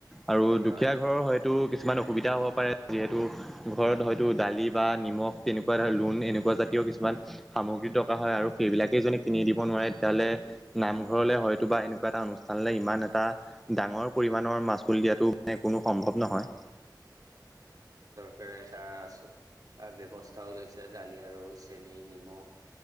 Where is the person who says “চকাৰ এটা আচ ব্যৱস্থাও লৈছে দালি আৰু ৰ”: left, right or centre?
Right